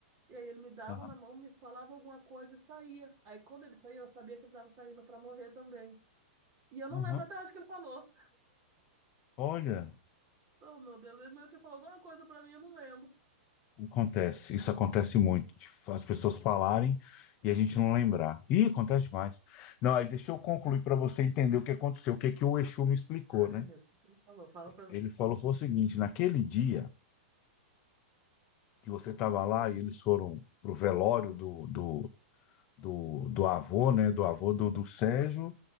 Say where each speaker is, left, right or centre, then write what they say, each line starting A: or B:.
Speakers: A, on the right; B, on the left.
A: E aí ele me dava
B: aham,
A: na mão, me falava alguma coisa e saía. Aí quando ele saía, eu sabia que ele estava saindo pra morrer também. E eu não
B: aham.
A: lembro até hoje o que ele falou.
B: Olha,
A: Oh, meu Deus, ele meu tio falou alguma coisa pra mim, eu não lembro.
B: Acontece, isso acontece muito, de as pessoas falarem e a gente não lembrar. Ih, acontece demais. Não, aí deixa eu concluir para você entender o que aconteceu, o que que o Exu me explicou,
A: Ai,
B: né?
A: meu, o que que ele falou? Fala pra mim.
B: Ele falou foi o seguinte, naquele dia que você estava lá e eles foram pro velório do, do, do, do avô, né? Do avô do, do Sérgio